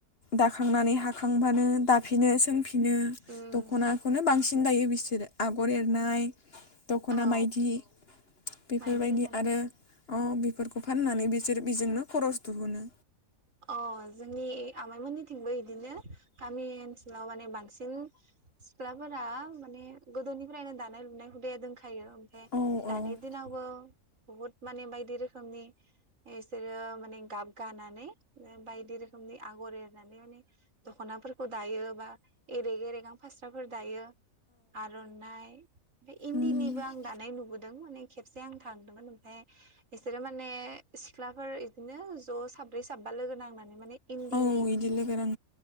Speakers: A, on the left; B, on the right.
A: दाखांनानै हाखांबानो दाफिनो सोंफि नों बिदिनो
B: उम
A: दख'नाखौनो बांसिन दायो बिसोरो आगर एरनाय दख'ना
B: औ
A: मायदि बेफोरबायदि
B: माइदि होनानै
A: आरो अ बेफोरखौ फाननानै बिसोर बेजोंनो खरस दिहुनो
B: अ जोंनि आमाइमोननिथिंबो इदिनो गामि ओनसोलाव माने बांसिन सिख्लाफोरा माने गोदोनिफ्रायनो दानाय लुनाय हुदाया दंखायो ओमफ्राय
A: लोगो
B: दानि
A: लोगो
B: दिनाव बो बुहुत माने बायदि रोखोमनि बिसोरो माने गाब गानानै बायदि रोखोमनि आगर एर नानै माने दख'नाफोरखौ दायो बा रेगे रेगां फास्राफोर दायो आर'नाइ बे इन्दिनिबो
A: नांनानै
B: आं दानाय नुबोदों माने खेबसे आं थांदोंमोन ओमफाय इसोरो माने सिख्लाफोर बिदिनो ज' साब्रै साब्बा लोगो नांनानै माने इन्दिनि
A: औ बिदि लोगो रां